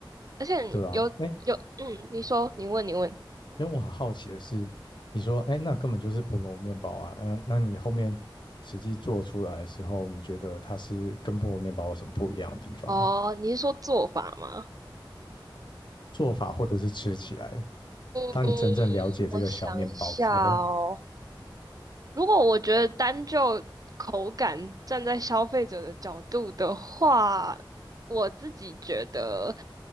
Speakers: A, on the right; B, on the left.
A: 而且你有有，
B: 对吧、啊？哎，
A: 嗯，你说，你问，你问，
B: 因为我很好奇的是，你说哎，那根本就是菠萝面包啊，嗯、那你后面实际做出来的时候，你觉得它是跟菠萝面包有什么不一样的地方吗？
A: 哦，你是说做法吗？
B: 做法或者是吃起来，
A: 嗯，
B: 当你真正了解这个小面包之后，
A: 我想一下哦，如果我觉得单就口感，站在消费者的角度的话，我自己觉得